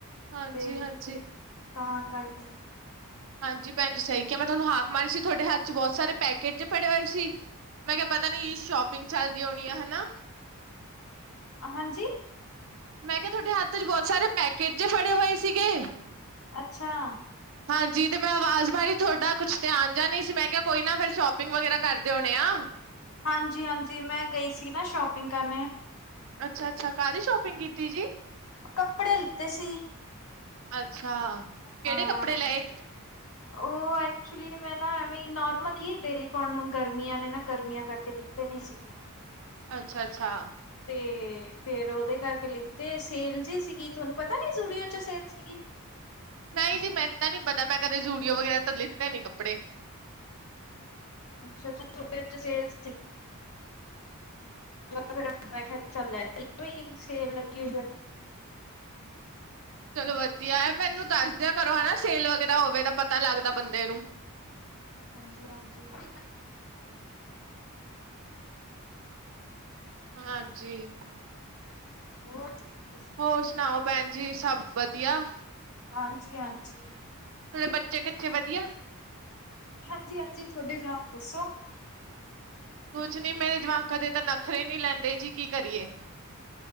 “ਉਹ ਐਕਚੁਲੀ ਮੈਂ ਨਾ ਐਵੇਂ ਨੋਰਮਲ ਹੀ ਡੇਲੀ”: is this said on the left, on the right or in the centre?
Left